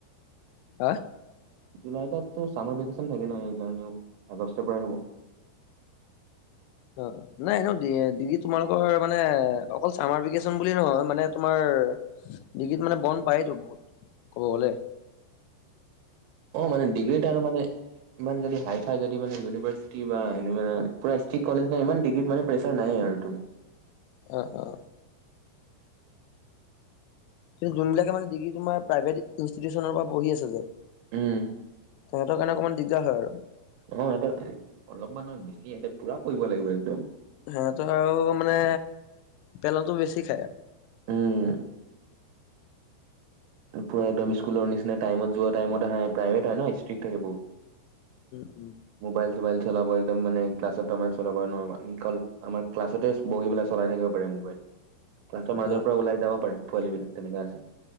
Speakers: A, on the left (about 80°); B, on the right (about 75°).
A: আহ
B: জুলাই তাত তোৰ চামাৰ ভেকেচন থাকে ন, সেইকাৰণেও। আগষ্ট পৰাই হ'ব।
A: অ, অ, নাই ইনেও ডি ডিগ্ৰী তোমালোকৰ মানে অকল চামাৰ ভেকেশ্যন বুলি নহয়, মানে তোমাৰ ডিগ্ৰীত মানে বন্ পায়তো বহুত ক'ব গ'লে।
B: অ মানে ডিগ্ৰীত আৰু মানে ইমান যদি হাই হয়, যদি মানে ইউনিভাৰ্চিটি বা এনেকুৱা পোৰা ইষ্ট্ৰিক কলেজ ন ইমান ডিগ্ৰীত মানে প্ৰেচাৰ নাই আৰু তুম
A: অ অ কিন্তু যোনবিলাকে মানে ডিগ্ৰী তোমাৰ প্ৰাইভেট ইনিটিউচনৰ পৰা পঢ়ি আছে যে
B: উম
A: সিহঁতৰ কাৰণে অকমান দিগদাৰ হয় আৰু।
B: অ সিহঁত অলপমান নহয় বেছিই সিহঁতে পুৰা পঢ়িব লাগিব একদম।
A: সিহতৰ আৰু মানে পেলনতো বেছি খায় আৰু।
B: উম পুৰা একদম স্কুলৰ নিচিনা টাইমত যোৱা টাইমত অহা প্ৰাইভেট হয় ন ষ্ট্ৰিক থাকে বহুত।
A: উম
B: মোবাইলতো মোবাইল চলাব একদম মানে ক্লাছ টাইমত চলাব নোৱাৰিবা। নিকল আমি আমাৰ ক্লাছতে বহি পেলাই চলাই থাকিব পাৰি মোবাইল। ক্লাছৰ মাজৰ
A: অ
B: পৰা ওলাই যাব পাৰে পোৱালী বিলাক তেনেকা আছে।